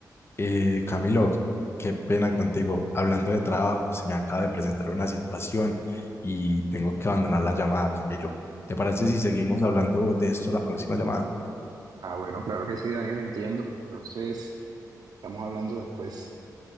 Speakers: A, on the left; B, on the right.
A: Eh, Camilo, qué pena contigo. Hablando de trabajo, se me acaba de presentar una situación y tengo que abandonar la llamada, Camilo. ¿Te parece si seguimos hablando de esto la próxima llamada?
B: Ah, bueno, claro que sí, Daniel, entiendo. Entonces, estamos hablando después.